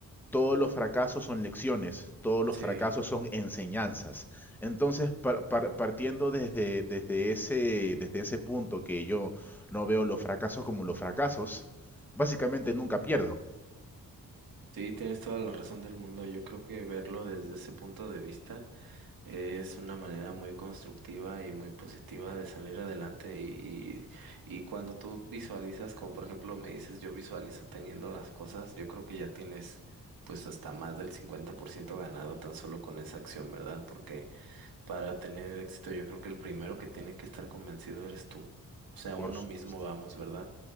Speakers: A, in the centre; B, on the right.
A: todos los fracasos son lecciones, todos los
B: sí.
A: fracasos son enseñanzas. Entonces, par- par- partiendo desde, desde, ese, desde ese punto que yo no veo los fracasos como los fracasos, básicamente nunca pierdo.
B: Sí, tienes toda la razón del mundo. Yo creo que verlo desde ese punto de vista. Es una manera muy constructiva y muy positiva de salir adelante y, y, y cuando tú visualizas, como por ejemplo me dices, yo visualizo teniendo las cosas, yo creo que ya tienes pues hasta más del 50% ganado tan solo con esa acción, ¿verdad? Porque para tener éxito yo creo que el primero que tiene que estar convencido eres tú. O sea,
A: Por
B: uno
A: supuesto.
B: mismo vamos, ¿verdad?